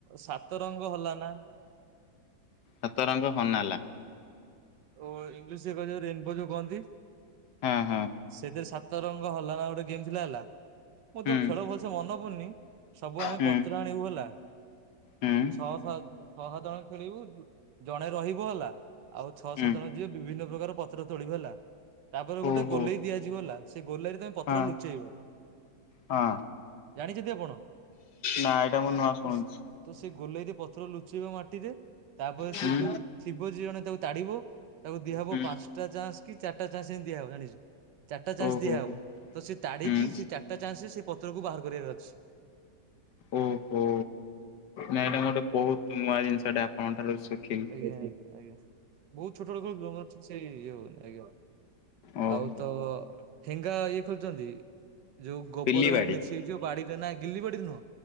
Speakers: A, on the right; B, on the left.
A: ସାତ ରଙ୍ଗ ହଲା ନା।
B: ସାତରଙ୍ଗ ହନାଲା।
A: ଓ ଇଂଲିଶ ରେ କଁ ଯୋଉ ରେନବୋ ଯୋଉ କହନ୍ତି।
B: ହଁ ହଁ
A: ସେଇଥେରେ ସାତ ରଙ୍ଗ ହଲାନା ଗୋଟେ ଗେମ୍ ଥିଲା ହେଲା। ମୋର
B: ହୁଁ
A: ତ ଖେଳ ଭଲସେ ମନ ପଡୁନି ସବୁ ଆମେ
B: ହୁଁ
A: ପତ୍ର ଆଣିବୁ ହେଲା
B: ହୁଁ
A: ଛଅ ସ ଛଅ ସାତ ଜଣ ଖେଳିବୁ ଜଣେ ରହିବ ହେଲା। ଆଉ ଛଅ
B: ହୁଁ
A: ସାତ ଜଣ ଯିବେ ବିଭିନ୍ନ ପ୍ରକାର ପତ୍ର ତୋଳିବେ ହେଲା ତାପରେ ଗୋଟେ
B: ଓହୋ
A: ଗୋଲେଇ ଦିଆଯିବ ହେଲା ସେ ଗୋଲେଇ ରେ ତମେ। ପତ୍ର
B: ହଁ
A: ଲୁଚେଇବ
B: ହଁ
A: ଜାଣିଛନ୍ତି ଆପଣ।
B: ନା ଏଇଟା ମୁଁ ନୂଆଁ ଶୁଣୁଛି।
A: ତ ତ ସେ ଗୋଲେଇରେ ପତ୍ର ଲୁଚେଇବ ମାଟିରେ ତାପରେ
B: ହୁଁ
A: ସେ ଯୋଉ ଥି ବ ଯିଏ ଜଣେ ତାକୁ ତାଡିବ ତାକୁ ଦିଆହବ
B: ହୁଁ
A: ପାଂସ ଟା ଚାନ୍ସ କି ଚାରିଟା ଚାନ୍ସ ଏଁତି ଦିଆହବ ଜାଣିଛୁ। ଚାରିଟା ଚାନ୍ସ
B: ଓହୋ
A: ଦିଆହବ
B: ହୋ
A: ତ ସେ ତାଡିକି
B: ହୁଁ
A: ସେ ଚାରିଟା ଚାନ୍ସ ରେ ସେ ପତ୍ର କୁ ବାହାର କରିବାର ଅଛି।
B: ଓ ହୋ। ନାଇଁ
A: ହଁ
B: ଏଇଟା ଗୋଟେ ବହୁତ ନୂଆ ଜିନିଷଟା ଆପଣଙ୍କ ଠାରୁ ସିଖିଲି।
A: ଆଜ୍ଞା ଆଜ୍ଞା ବହୁତ ଛୋଟ ବେଳେ ଖେଳୁ ଥିଲୁ ‌ଆଉ ମୋର ଠିକ୍ ସେ ଇଏ ହଉନି ଆଜ୍ଞା
B: ଓହୋ।
A: ଆଉ ତ ତ ଠେଙ୍ଗା ଇଏ ଖେଳିଛନ୍ତି ଯୋଉ ଗୋବରରେ
B: ପିଲିବାଡି
A: ନେସି ଯୋଉ ବାଡିରେ ନା ଗିଲି ବାଡି ନୁହଁ